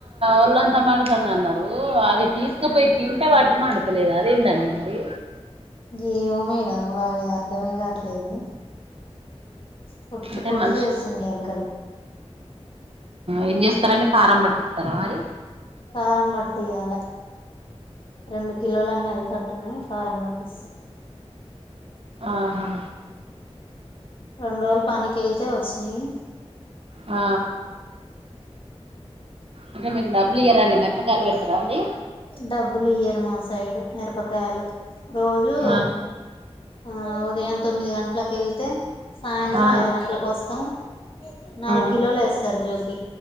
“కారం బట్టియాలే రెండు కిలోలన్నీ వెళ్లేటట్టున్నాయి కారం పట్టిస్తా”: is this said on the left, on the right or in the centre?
Left